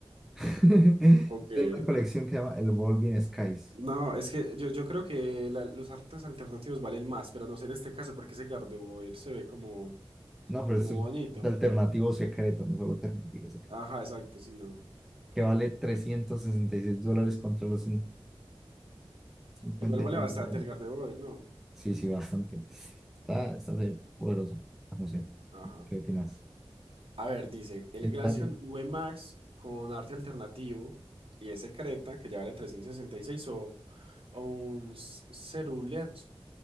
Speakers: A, in the centre; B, on the right.
A: <laughs> de
B: Ok.
A: una colección que se llama El Evolving Skies.
B: No, es que yo, yo creo que la- los artes alternativos valen más, pero no sé en este caso porque ese Gardevoir se ve como,
A: No, pero
B: como
A: esto
B: bonito.
A: es un arte alternativo secreto, no solo alternativo secreto.
B: Ajá, exacto, sí, no.
A: Que vale 366 dólares contra los 52,
B: Igual vale bastante
A: 53
B: el
A: dólares.
B: Gardevoir, ¿no?
A: Sí, sí, bastante. Está, está serio, poderoso. No sé,
B: Ajá.
A: ¿qué opinas?
B: A ver, dice, el
A: El
B: Glaceon
A: Glaceon.
B: V Max con arte alternativo y ese Creta que ya vale 366 o, o un Cerulean